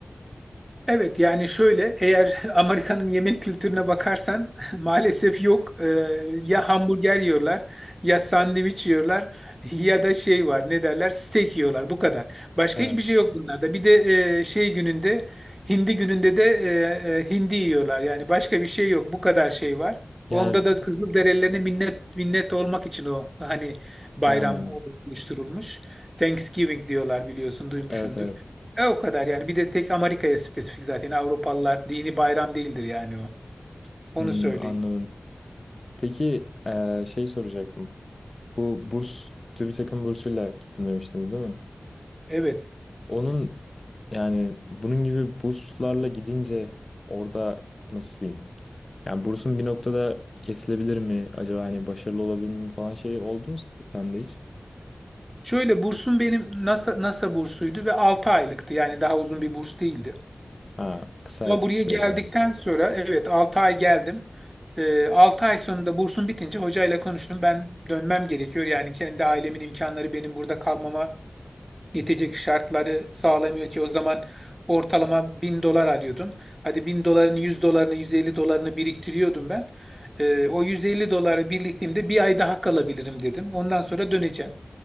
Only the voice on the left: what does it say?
Evet.
Yani
ha,
evet evet.
Hmm,
anladım. Peki eee, şey soracaktım. Bu burs TÜBİTAK'ın bursuyla gittim demiştiniz değil mi?
Onun yani bunun gibi burslarla gidince orada nasıl diyeyim? Yani bursun bir noktada kesilebilir mi? Acaba hani başarılı olabilir mi falan şey oldu mu sende hiç?
Ha, kısa
süreli
yani.